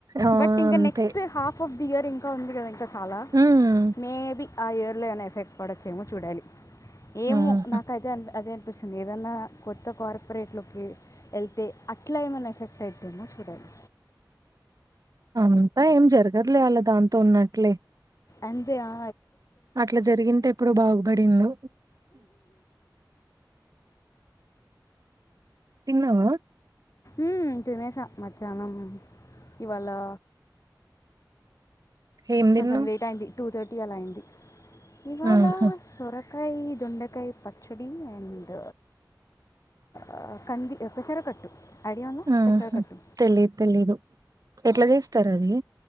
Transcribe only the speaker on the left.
బట్ ఇంక
నెక్స్ట హాఫ్ ఆఫ్ ఇయర్ ఇంకా ఉంది కదా ఇం కా చాలా
maybe ah early enough రేప్ పడొచ్చేమో చూడాలి ఏమో
నాకైతే అన్ అదే పిస్తుంది ఏదన్నా కొత్త కార్పొరేట్లోకి వెళ్తే అట్లా ఏమ్మన్న ఎఫెక్ట్ అయితుందా చూడాలి
అంతే ఆ
ఉ తినేసా మధ్యాహ్నం ఇవ్వాళా
కొంచెం లేట్ అయింది టూ థర్టీ అలా అయ్యింది ఇవాళ
సొరకాయ దొండకాయ ప చేడి అండ్ ఆ కంది పెసరకట్టు ఐడియా ఉందా
పెసరకట్టు